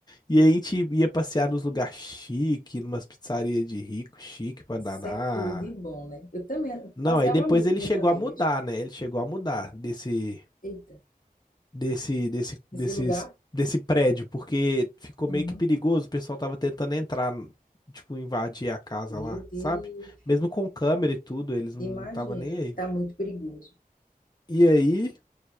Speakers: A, on the left; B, on the left.
A: E aí a gente ia passear nos lugares chique, numas pizzarias de rico, chique pra
B: Isso
A: danar.
B: é tudo de bom, né? Eu também
A: Não,
B: passeava
A: aí depois
B: muito
A: ele
B: com minhas
A: chegou
B: amigas.
A: a mudar, né? Ele chegou a mudar desse
B: Eita,
A: desse, desse, desses,
B: esse lugar?
A: desse prédio, porque ficou
B: Uhum.
A: meio que perigoso, o pessoal tava tentando entrar, tipo, invadir a casa
B: Meu
A: lá,
B: Deus.
A: sabe? Mesmo com câmera e tudo, eles não
B: Imagino.
A: estavam nem aí.
B: Tá muito perigoso.
A: E aí,